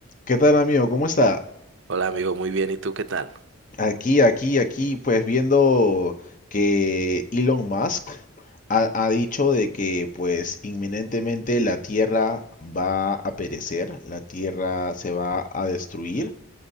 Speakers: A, on the left; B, on the right.
A: ¿Qué tal, amigo? ¿Cómo está?
B: Hola amigo, muy bien. ¿Y tú qué tal?
A: Aquí, aquí, aquí, pues viendo que Elon Musk ha, ha dicho de que pues inminentemente la Tierra va a perecer, la Tierra se va a destruir,